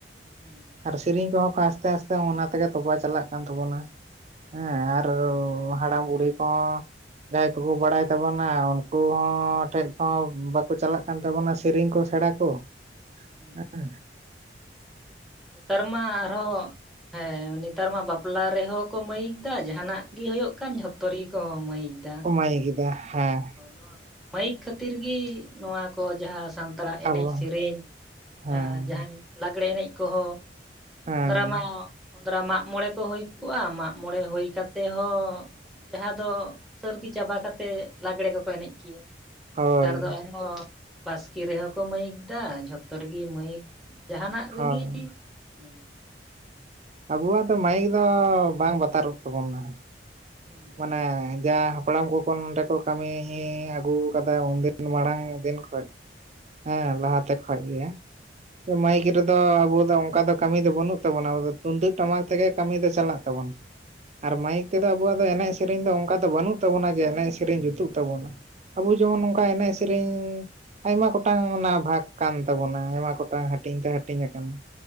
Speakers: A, in the centre; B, on the right (about 40°).
A: ᱦᱩᱸ
B: ᱟᱨ ᱥᱮᱨᱮᱧ ᱠᱚᱦᱚᱸ ᱠᱚ ᱟᱥᱛᱮ ᱟᱥᱛᱮ ᱚᱱᱟ ᱛᱮᱜᱮ ᱛᱚᱵᱟ ᱪᱟᱞᱟᱜ ᱠᱟᱱ ᱛᱟᱵᱚᱱᱟ᱾ ᱦᱮᱸ ᱟᱨ ᱦᱟᱲᱟᱢ ᱵᱩᱲᱦᱤ ᱠᱚ ᱡᱟᱦᱟᱸᱭ ᱠᱚᱠᱚ ᱵᱟᱲᱟᱭ ᱛᱟᱵᱚᱱᱟ ᱩᱱᱠᱩ ᱦᱚᱸ ᱴᱷᱮᱡ ᱦᱚᱸ ᱵᱟᱠᱚ ᱪᱟᱞᱟᱜ ᱠᱟᱱ ᱛᱟᱵᱚᱱᱟ ᱥᱮᱨᱮᱧ ᱠᱚ ᱥᱮᱬᱟ ᱠᱚ
A: ᱦᱩᱸ
B: ᱦᱮᱸ
A: ᱱᱮᱛᱟᱨ ᱢᱟ ᱟᱨᱦᱚᱸ ᱦᱮᱸ ᱱᱮᱛᱟᱨ ᱢᱟ ᱵᱟᱯᱞᱟ ᱨᱮᱦᱚᱸ ᱠᱚ ᱢᱟᱹᱭᱤᱠ ᱫᱟ ᱡᱟᱦᱟᱱᱟᱜ ᱜᱤ ᱦᱩᱭᱩᱜ ᱠᱟᱱ ᱡᱷᱚᱛᱚ ᱨᱮᱜᱮ ᱠᱚ ᱢᱟᱹᱭᱤᱠ ᱫᱟᱜ
B: ᱠᱚ ᱢᱟᱭᱤᱠ ᱮᱫᱟ ᱦᱮᱸ
A: ᱱᱚᱣᱟ ᱢᱟᱹᱭᱤᱠ ᱠᱷᱟᱹᱛᱤᱨ ᱜᱮ ᱱᱚᱣᱟ ᱠᱚ ᱡᱟᱦᱟᱸ ᱥᱟᱱᱛᱟᱲ ᱥᱟᱱᱛᱟᱲ ᱮᱱᱮᱡ
B: ᱟᱵᱚ
A: ᱥᱮᱨᱮᱧ
B: ᱦᱮᱸ
A: ᱡᱟ ᱡᱟᱦᱟᱱ ᱞᱟᱜᱽᱲᱮ ᱮᱱᱮᱡ ᱠᱚᱦᱚᱸ
B: ᱦᱮᱸ
A: ᱚᱸᱫᱽᱨᱟ ᱢᱟᱸᱨᱟ ᱢᱟᱜᱽ ᱢᱚᱬᱮ ᱠᱚ ᱦᱩᱭ ᱠᱚᱜᱼᱟ ᱢᱟᱜᱽ ᱢᱚᱲᱮ ᱦᱩᱭ ᱠᱟᱛᱮ ᱛᱮᱦᱚᱸ ᱡᱟᱦᱟᱸ ᱫᱚ ᱥᱟᱹᱨᱫᱤ ᱪᱟᱵᱟ ᱠᱟᱛᱮ ᱞᱟᱜᱽᱲᱮ ᱠᱚᱠᱚ ᱮᱱᱮᱡ ᱜᱮᱭᱟ
B: ᱦᱳᱭ
A: ᱱᱮᱛᱟᱨ ᱫᱚ ᱟᱨᱦᱚᱸ ᱵᱟᱥᱠᱮ ᱨᱮᱦᱚᱸ ᱠᱚ ᱢᱟᱹᱭᱤᱠ ᱫᱟ ᱡᱷᱚᱛᱚ ᱨᱮᱜᱮ ᱢᱟᱹᱭᱤᱠ ᱡᱟᱦᱟᱱᱟᱜ ᱨᱮᱜᱤ
B: ᱦᱳᱭ
A: ᱢᱟᱭᱤᱠ
B: ᱟᱵᱚᱣᱟᱜ ᱫᱚ ᱢᱟᱭᱤᱠ ᱫᱚ ᱵᱟᱝ ᱵᱟᱛᱟᱨᱚᱜ ᱛᱟᱵᱚᱱᱟ
A: ᱦᱩᱸ
B: ᱢᱟᱱᱮ ᱡᱟᱦᱟ ᱦᱟᱯᱲᱟᱢ ᱠᱚᱠᱚ ᱱᱚᱰᱮ ᱠᱚ ᱠᱟᱹᱢᱤ ᱟᱹᱜᱩ ᱠᱟᱫᱟ ᱩᱱᱫᱤᱱ ᱢᱟᱲᱟᱝ ᱫᱤᱱ ᱠᱷᱚᱡ ᱦᱮᱸ
A: ᱦᱩᱸ
B: ᱞᱟᱦᱟᱛᱮ ᱠᱷᱚᱡ ᱜᱮ ᱢᱟᱹᱭᱤᱠ ᱨᱮᱫᱚ ᱟᱵᱚ ᱫᱚ ᱚᱱᱠᱟ ᱫᱚ ᱠᱟᱹᱢᱤ ᱫᱚ ᱵᱟᱹᱱᱩᱜ ᱛᱟᱵᱚᱱᱟ ᱟᱵᱚ ᱫᱚ ᱛᱩᱢᱫᱟᱹᱜ ᱴᱟᱢᱟᱠ ᱛᱮᱜᱮ ᱠᱟᱹᱢᱤ ᱫᱚ ᱪᱟᱞᱟᱜ ᱛᱟᱵᱚᱱ ᱟᱨ ᱢᱟᱭᱤᱠ ᱛᱮᱫᱚ ᱟᱵᱚᱣᱟᱜ ᱮᱱᱮᱡ ᱥᱮᱨᱮᱧ ᱫᱚ ᱚᱱᱠᱟ ᱫᱚ ᱵᱟᱹᱱᱩᱜ ᱛᱟᱵᱚᱱᱟ ᱡᱮ ᱮᱱᱮᱡ ᱥᱮᱨᱮᱧ ᱡᱩᱛᱩᱜ ᱛᱟᱵᱚᱱᱟ ᱟᱵᱚ ᱡᱮᱢᱚᱱ
A: ᱦᱳᱭ
B: ᱮᱱᱮᱡ ᱨᱤᱧ ᱟᱭᱢᱟ ᱜᱚᱴᱟᱝ ᱚᱱᱟ ᱵᱷᱟᱜᱽ ᱠᱟᱱ ᱛᱟᱵᱚᱱᱟ ᱟᱭᱢᱟ ᱜᱚᱴᱟᱝ ᱦᱟᱹᱴᱤᱧ ᱛᱮ ᱦᱟᱹᱴᱤᱧ ᱟᱠᱟᱱᱟ